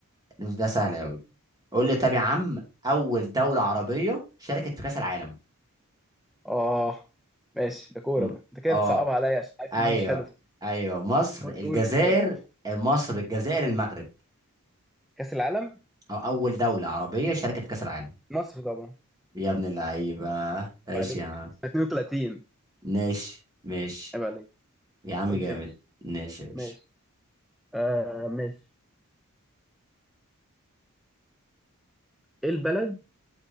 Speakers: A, on the right (about 15°); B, in the centre.
A: ده سهل قوي قول لي طب يا عم أول دولة عربية شاركت في كأس العالم
B: اه ماشي ده كوره
A: م-
B: ده انت كده
A: اه
B: بتصعبها عليا عشان عارف
A: ايوه
B: ان انا مش حلو في الكورة.
A: ايوه مصر
B: قول
A: الجزائر
B: قول اختيارات
A: مصر الجزائر المغرب
B: كاس العالم
A: أو أول دولة عربية شاركت في كأس العالم
B: مصر طبعا
A: يا ابن اللعيبة ايش
B: عيب عليك
A: يا عم
B: سنة 32
A: ماشي ماشي
B: عيب عليك
A: يا عم
B: خد
A: جامد
B: يا باشا
A: ماشي يا باشا
B: ماشي آه ماشي ايه البلد